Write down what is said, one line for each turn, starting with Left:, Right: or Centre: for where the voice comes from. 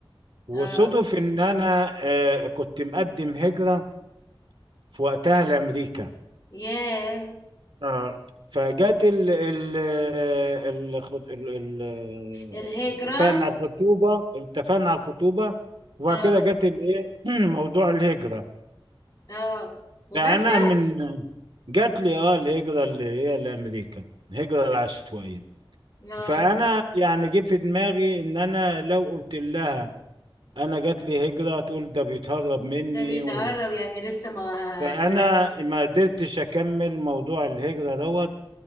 Right: وصدف
Left: آه.
Right: إن أنا آه كنت مقدم هجرة في وقتها لأمريكا
Left: ياه
Right: آه فجت ال ال ال الخط- ال ال
Left: الهجرة
Right: اتفقنا على الخطوبة اتفقنا على الخطوبة وبعد
Left: اه
Right: كده جت الإيه <clears throat> موضوع الهجرة
Left: اه وجات
Right: لا انا
Left: لك
Right: من جات لي اه الهجره اللي هي لامريكا الهجره العشوائيه
Left: اه
Right: فانا يعني جه في دماغي ان انا لو قلت لها انا جات لي هجره تقول ده بيتهرب مني
Left: ده بيتقرب
Right: و...
Left: يعني لسه ما
Right: فانا
Left: احنا لسه
Right: ما قدرتش اكمل موضوع الهجره دوت